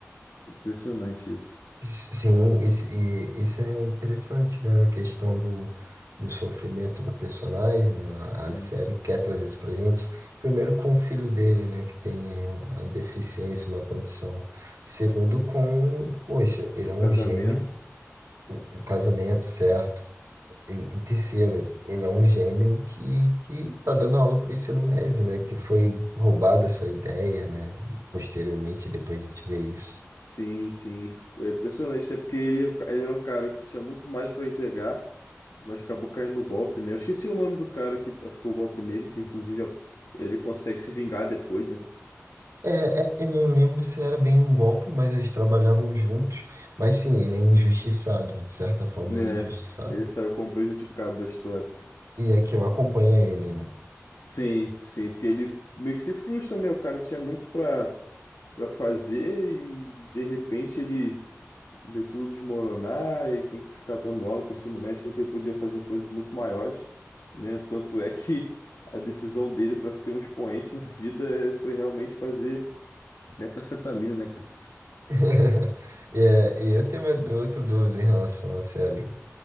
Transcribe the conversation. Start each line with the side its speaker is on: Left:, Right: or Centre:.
Left: Impressionante isso.
Right: Sim, isso, e isso é interessante, né? A questão do, do sofrimento do personagem, né? A
Left: Sim,
Right: a série quer trazer isso pra gente. Primeiro com o filho dele, né? Que tem a deficiência, uma condição. Segundo com, poxa, ele
Left: o
Right: é
Left: casamento.
Right: um gênio, o casamento certo. E, e terceiro, ele é um gênio que, que tá dando aula pro ensino médio, né? Que foi roubada sua ideia, né? Posteriormente, depois a gente vê isso.
Left: Sim, sim. É impressionante, né? Porque ele, ele era um cara que tinha muito mais para entregar, mas acabou caindo no golpe, né? Eu esqueci o nome do cara que aplicou o golpe nele, que inclusive ele consegue se vingar depois, né?
Right: É, é, eu não lembro se era bem um golpe, mas eles trabalhavam juntos. Mas sim, ele é injustiçado, de certa forma
Left: Né?
Right: ele é injustiçado.
Left: Ele saiu como prejudicado da história.
Right: E aquilo acompanha ele, né?
Left: Sim, sim, porque ele meio que se frustra, né? O cara tinha muito para para fazer e de repente ele ver tudo desmoronar e aí tem que ficar dando aula para o ensino médio, sendo que ele podia fazer coisas muito maiores, né? Tanto é que <laughs> a decisão dele para ser um expoente na vida é- foi realmente fazer metanfetamina, né, cara?
Right: <laughs> E, é, e eu tenho uma, outra dúvida em relação à série.